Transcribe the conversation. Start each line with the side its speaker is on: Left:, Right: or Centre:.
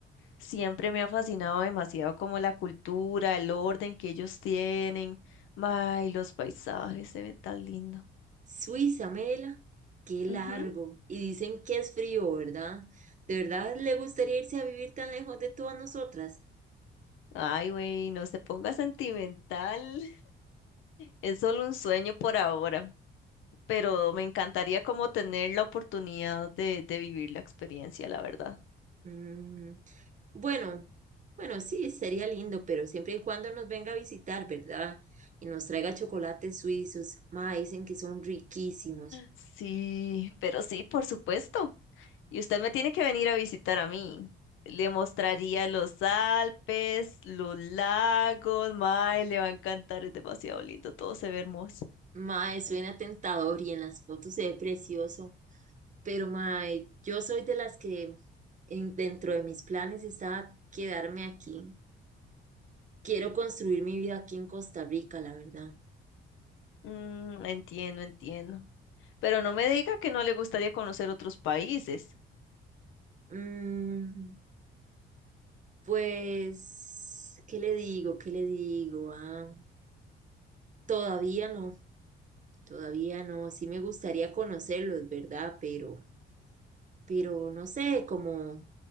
Left: Siempre me ha fascinado demasiado como la cultura, el orden que ellos tienen. Mae, los paisajes se ven tan lindo.
Right: Suiza, Mela, qué largo.
Left: Ujú.
Right: Y dicen que es frío, ¿verdad? ¿De verdad le gustaría irse a vivir tan lejos de todas nosotras?
Left: Ay, güey, no se ponga sentimental. Es solo un sueño por ahora, pero me encantaría como tener la oportunidad de, de vivir la experiencia, la verdad.
Right: Mm, bueno, bueno, sí, sería lindo, pero siempre y cuando nos venga a visitar, ¿verdad? Y nos traiga chocolates suizos. Ma, dicen que son riquísimos.
Left: Sí, pero sí, por supuesto. Y usted me tiene que venir a visitar a mí. Le mostraría los Alpes, los lagos, mae, le va a encantar, es demasiado lindo, todo se ve hermoso.
Right: Ma, suena tentador y en las fotos se ve precioso. Pero, mae, yo soy de las que en- dentro de mis planes está quedarme aquí. Quiero construir mi vida aquí en Costa Rica, la verdad.
Left: Mm, entiendo, entiendo. Pero no me diga que no le gustaría conocer otros países.
Right: Mm, pues, ¿qué le digo? ¿Qué le digo? Ah, todavía no, todavía no. Sí me gustaría conocerlos, ¿verdad? Pero, pero no sé, como